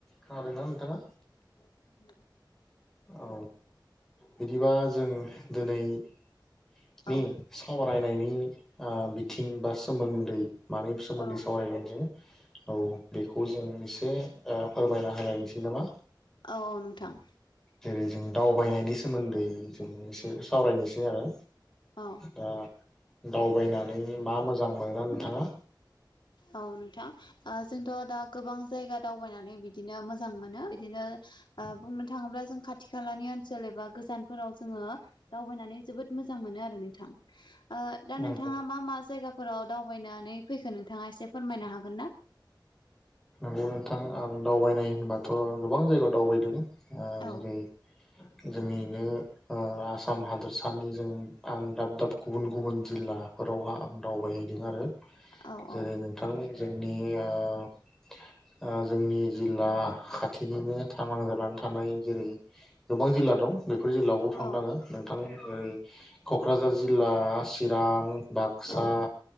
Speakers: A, in the centre; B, on the left.
A: खोनादोंना नोंथाङा?
B: अ खोनादों।
A: औ बिदिबा जों दिनैनि
B: औ
A: सावराय होननि बिथिं बा सोमोन्दै मानि सोमोन्दै
B: औ
A: सावरायगोन जों औ बेखौ जों एसे फोरमायना होलायनोसै नामा
B: औ औ नोंथां।
A: जेरै जों दावबायनायनि सोमोन्दै जों एसे सावरायनोसै आरो।
B: औ
A: दा दावबायनानै मा मोजां मोनो नोंथाङा
B: औ नोंथां ओ जोंथ' दा गोबां जायगा दावबायनानै बिदिनो मोजां मोजां मोनो बिदिनो ओ बुंनो थाङोब्ला जों खाथि खालानि ओनसोल एबा गोजानफोराव जोङो दावबायनानै जोबोद मोजां मोनो आरो नोंथां। ओ दा
A: नंगौ
B: नोंथाङा मा मा जायगाफोराव दावबायनानै फैखो नोंथाङा एसे फोरमायनो हागोन ना
A: नंगौ नोंथां आं दावबायनाय होनबाथ' गोबां जायगायाव दावबायदों ओ
B: औ
A: जेरै जोंनिनो ओ आसाम हादोरसानि जों आं दाब दाब गुबुन गुबुन जिल्लाफोरावहा आं दावबायहैदों आरो
B: औ
A: जेरै
B: औ
A: नोंथांनि जोंनि ओ ओ जोंनि जिल्ला खाथिनिनो थां नांजाबानानै थानाय जेरै गोबां जिल्ला दं बेफोर जिल्लायावबो थांदों
B: औ
A: आङो नोंथां। ओइ क'क्राझार जिल्ला चिरां बाक्सा।
B: औ